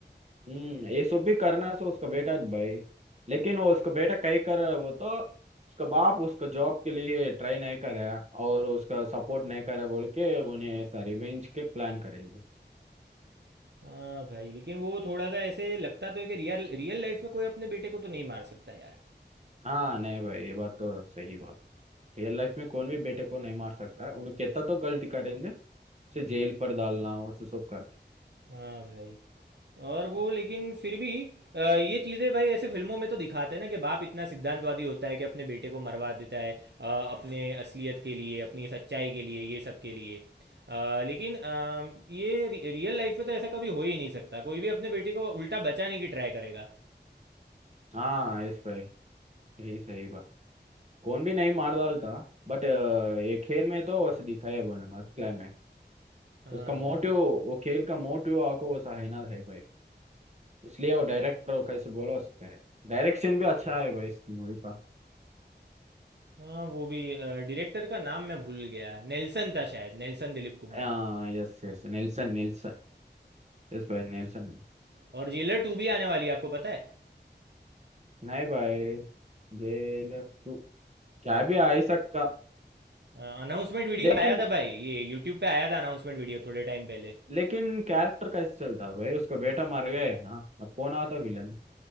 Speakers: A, on the right (about 40°); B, on the right (about 70°).
A: हम्म ये सब भी करना है सो उसका बेटा भाई लेकिन वो उसका बेटा कई कर रहा है वो तो उसका बाप उसका जॉब के लिए ट्राई नहीं कर रहा है और उसका सपोर्ट नहीं कर रहा है बोल के उन्हें ऐसा रिवेंज के प्लान करेगी
B: हाँ भाई लेकिन वो थोड़ा सा ऐसे लगता तो है कि रियल रियल लाइफ में कोई अपने बेटे को तो नहीं मार सकता यार
A: हाँ नहीं भाई ये बात तो सही बात है। रियल लाइफ में कौन भी बेटे को नहीं मार सकता है उन्हें कितना तो गलती करेंगे उसे जेल पर डालना उसे सब करते
B: हाँ भाई और वो लेकिन फिर भी अ, ये चीज़ें भाई ऐसे फिल्मों में तो दिखाते हैं ना कि बाप इतना सिद्धांतवादी होता है कि अपने बेटे को मरवा देता है अ, अपने असलियत के लिए अपनी सच्चाई के लिए ये सब के लिए अ, लेकिन अ, ये रि- रियल लाइफ में तो ऐसा कभी हो ही नहीं सकता कोई भी अपने बेटे को उल्टा बचाने की ट्राई करेगा
A: हाँ इस भाई यही सही बात कौन भी नहीं मार डालता बट ये खेल में तो वैसे दिखाया बोलने बात क्लाइमैक्स
B: हाँ
A: उसका मोटिव
B: भाई
A: वो खेल का मोटिव आपको वो सहना है भाई इसलिए
B: हाँ
A: वो डायरेक्टर कैसे बोला सकते हैं डायरेक्शन भी अच्छा है भाई इस मूवी का
B: हाँ वो भी डायरेक्टर का नाम मैं भूल गया नेल्सन था शायद नेल्सन दिलीप कुमार
A: हाँ yes yes Nelson Nelson Yes भाई नेल्सन
B: और जेलर टू भी आने वाली है आपको पता है
A: नहीं भाई जेलर टू क्या भी आ ही सकता
B: अनाउंसमेंट वीडियो
A: लेकिन
B: आया था भाई ये यूट्यूब पे आया था अनाउंसमेंट वीडियो थोड़े टाइम पहले
A: लेकिन कैरेक्टर कैसे चलता भाई उसका बेटा मर गया है ना अब कौन आता विलन